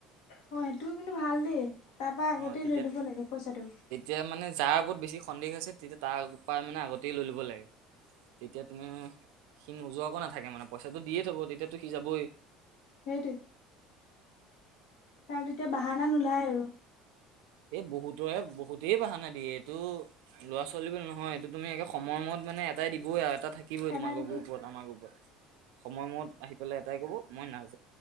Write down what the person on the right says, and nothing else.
অ তেতিয়া
তেতিয়া মানে যাৰ ওপৰত বেছি সন্দেহ আছে তেতিয়া তাৰ পৰা মানে আগতেই লৈ লব লাগে। তেতিয়া তুমি সি নোযোৱাকো নাথাকে মানে পইচাটো দিয়ে থ'ব তেতিয়া সি জাবই।
এই বহুতৰে বহুত। ধে বাহানা দিয়ে এইটো ল'ৰা ছোৱালী বুলি নহয় এইটো তুমি একে সময়মূৰত মানে এটাই দিবই আৰু। এটা থাকিবই
তোমালোকৰ
গ্ৰুপৰত। আমাৰ গ্ৰুপৰত সময়মূৰত আহি পেলাই এটাই ক'ব মই নাজা